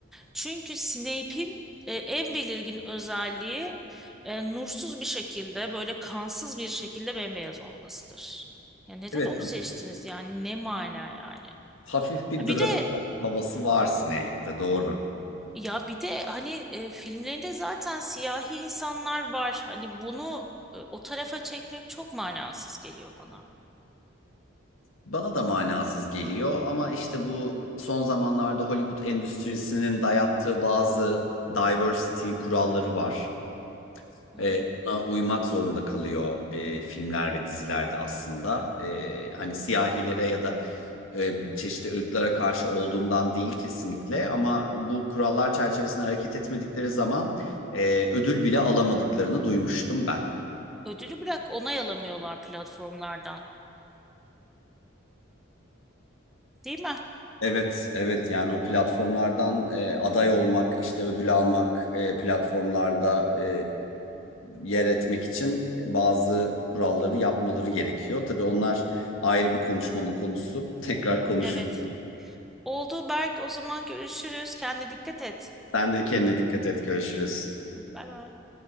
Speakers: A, in the centre; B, on the left.
A: Çünkü Snape'in e, en belirgin özelliği e, nursuz bir şekilde böyle kansız bir şekilde bembeyaz olmasıdır. Ya neden
B: evet
A: onu
B: tamam.
A: seçtiniz yani ne mana yani?
B: hafif bir
A: Bir
B: Drakula
A: de
B: havası var Snape'te doğru.
A: ya bir de hani e, filmlerinde zaten siyahi insanlar var. Hani bunu e, o tarafa çekmek çok manasız geliyor bana.
B: Bana da manasız geliyor ama işte bu son zamanlarda Hollywood endüstrisinin dayattığı bazı diversity kuralları var.
A: Hı
B: Ee,
A: hı.
B: buna uymak zorunda kalıyor e, filmler ve dizilerde aslında. Ee, hani siyahilere ya da e, çeşitli ırklara karşı olduğumdan değil kesinlikle ama bu kurallar çerçevesinde hareket etmedikleri zaman e, ödül bile alamadıklarını duymuştum ben.
A: Ödülü bırak onay alamıyorlar platformlardan. Değil mi?
B: Evet, evet yani o platformlardan e, aday olmak, işte ödül almak, e, platformlarda e, yer etmek için e, bazı kuralları yapmaları gerekiyor. Tabii onlar ayrı bir konuşmanın konusu. <laughs> Tekrar konuşuruz.
A: Evet. Oldu Berk. O zaman görüşürüz. Kendine dikkat et.
B: Sen de kendine dikkat et, görüşürüz.
A: Hadi bay bay.